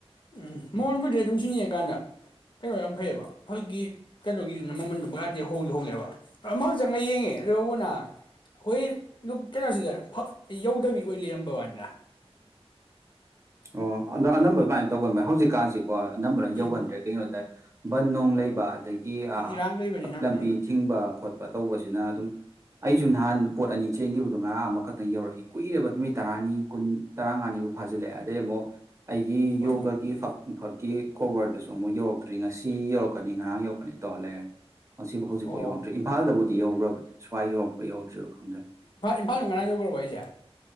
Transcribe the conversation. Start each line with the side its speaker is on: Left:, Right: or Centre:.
Left: ꯎꯝ ꯃꯉꯣꯟꯕꯨꯗꯤ ꯑꯗꯨꯝ ꯁꯤꯖꯤ ꯌꯦꯡꯉꯀꯥꯟꯗ ꯀꯩꯅꯣ ꯌꯥꯝ ꯐꯩꯑꯕ ꯍꯧꯖꯤꯀꯤ ꯀꯩꯅꯣꯒꯤꯗꯨꯅ ꯃꯃꯜꯗꯨ ꯃꯥꯗꯤ ꯍꯣꯡꯗꯤ ꯍꯣꯡꯉꯦꯕ ꯑꯃꯛ ꯆꯪꯉꯒ ꯌꯦꯡꯉꯦ ꯑꯗꯨꯕꯨꯅ ꯑꯩꯈꯣꯏ ꯂꯨꯞ ꯀꯩꯅꯣꯁꯤꯗ ꯐꯛ ꯌꯧꯗꯕꯤ ꯑꯣꯏ ꯂꯩꯔꯝꯕꯩ ꯋꯥꯅꯤꯗ꯫
Right: ꯑꯣ ꯑꯗꯣ ꯑꯅꯝꯕ ꯑꯗꯨꯃꯥꯏꯅ ꯇꯧꯒꯟꯕꯅꯦ ꯍꯧꯖꯤꯛꯀꯥꯟꯖꯤ ꯀꯣ ꯑꯅꯝꯕꯅ
Left: ꯎꯝ
Right: ꯌꯧꯒꯟꯗ꯭ꯔꯦ ꯀꯩꯅꯣ ꯇꯥꯏ ꯕꯟ ꯅꯨꯡ ꯂꯩꯕ ꯑꯗꯩꯩ ꯒꯤ
Left: ꯏꯔꯥꯡ
Right: ꯑ
Left: ꯂꯩꯕꯅꯤꯅ
Right: ꯂꯝꯕꯤ
Left: ꯎꯝ
Right: ꯊꯤꯡꯕ ꯈꯣꯠ ꯄꯥꯇꯧꯕꯁꯤꯅ ꯑꯗꯨꯝ ꯑꯩꯁꯨꯨ ꯅꯍꯥꯟ ꯄꯣꯠ ꯑꯅꯤ ꯆꯦꯟꯒꯤꯕꯗꯣ ꯉꯔꯥꯡ ꯑꯃꯈꯛꯇꯪ ꯌꯧꯔꯛꯏ ꯀꯨꯏꯔꯦꯕ ꯅꯨꯃꯤꯠ ꯇꯔꯥꯅꯤ ꯀꯨꯟ ꯇꯔꯥꯃꯥꯉꯥꯅꯤꯕꯨ ꯐꯥꯖꯤꯜꯂꯛꯑꯦ ꯑꯦꯃꯣ ꯑꯩꯒꯤ
Left: ꯍꯣꯏꯅꯦ
Right: ꯌꯣꯒꯥꯒꯤ ꯐꯛ ꯐꯛꯀꯤ ꯀꯣꯕꯔꯗꯨꯁꯨ ꯑꯃꯨꯛ ꯌꯧꯔꯛꯇ꯭ꯔꯤ ꯉꯁꯤ ꯌꯧꯔꯛꯀꯅꯤ ꯉꯔꯥꯡ ꯌꯧꯔꯛꯀꯅꯤ ꯇꯧꯔ ꯂꯩꯔꯦ ꯃꯁꯤꯕꯨ ꯍꯧꯖꯤꯛꯐꯥꯎ
Left: ꯑꯣ
Right: ꯌꯧꯔꯛꯇ꯭ꯔꯤ ꯏꯝꯐꯥꯜꯗꯕꯨꯗꯤ ꯌꯧꯒꯔꯕꯅꯦ ꯁ꯭ꯋꯥꯏ ꯌꯧꯔꯛꯄ ꯌꯧꯔꯛꯇꯔꯤꯕ ꯈꯪꯗ꯭ꯔꯦ
Left: ꯏꯐꯥꯜ ꯏꯝꯐꯥꯜ ꯉꯥꯔꯥꯟ ꯌꯧꯒꯔꯥꯕ ꯍꯥꯏꯖꯦ